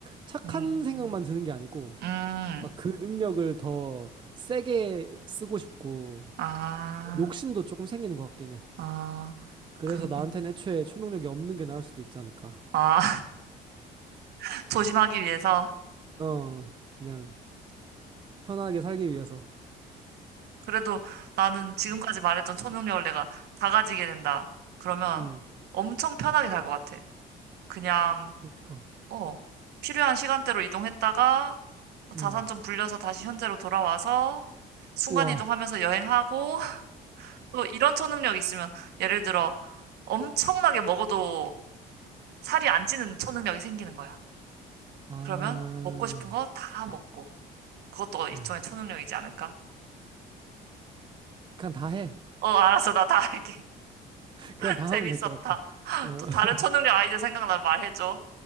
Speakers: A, on the right (about 30°); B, on the right (about 75°).
A: 착한
B: 음,
A: 생각만 드는 게 아니고
B: 음,
A: 막 그 능력을 더 세게 쓰고 싶고
B: 아.
A: 욕심도 조금 생기는 것 같긴 해.
B: 아,
A: 그래서
B: 그,
A: 나한테는 애초에 초능력이 없는 게 나을 수도 있지 않을까.
B: 아, <laughs> 조심하기 위해서.
A: 어, 그냥 편하게 살기 위해서.
B: 그래도 나는 지금까지
A: 음,
B: 말했던 초능력을 내가 다 가지게 된다. 그러면
A: 음,
B: 엄청 편하게 살 것 같아. 그냥,
A: 그니까.
B: 어, 필요한 시간대로 이동했다가 자산
A: 음.
B: 좀 불려서 다시 현재로 돌아와서 순간
A: 우와.
B: 이동하면서 여행하고 <laughs> 또 이런 초능력이 있으면 예를 들어 엄청나게 먹어도 살이 안 찌는 초능력이 생기는 거야.
A: 아,
B: 그러면 먹고 싶은 거 다 먹고 그것도 일종의
A: 아.
B: 초능력이지 않을까?
A: 그냥 다 해.
B: 어, 알았어. 나 다 할게.
A: <laughs> 그냥
B: <laughs>
A: 다
B: 재밌었다.
A: 하면 될 것 같아. 어,
B: 또 다른 초능력
A: <laughs>
B: 아이디어 생각나면 말해줘.